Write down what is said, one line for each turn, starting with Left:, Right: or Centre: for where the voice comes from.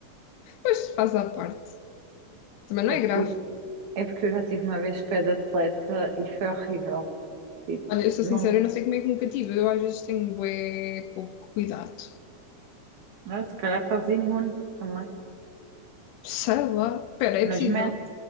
Left: Pois faz à parte. Também
Right: É,
Left: não é grave.
Right: por... é porque eu já tive uma vez pé de atleta e foi horrível. Tipo,
Left: Olha, eu sou
Right: não...
Left: sincera, eu não sei como é que me cativa. Eu às vezes tenho bué pouco cuidado.
Right: Ah, se calhar estás imune também.
Left: Sei lá. Espera,
Right: Mas
Left: é possível?
Right: mete,